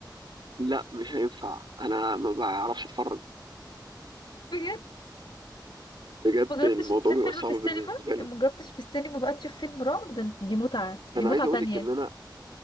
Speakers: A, on the right; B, on the left.
A: لا مش هينفع انا ما بعرفش اتفرج
B: بجد
A: بجد
B: ما جربتش
A: الموضوع
B: تشوف
A: بيبقى
B: فيلم
A: صعب
B: في السينما
A: بالنسبه لي
B: ما جربتش في السينما بقى تشوف فيلم رعب ده انت- دي متعة دي
A: انا
B: متعة
A: عايز اقول
B: تانية
A: لك ان انا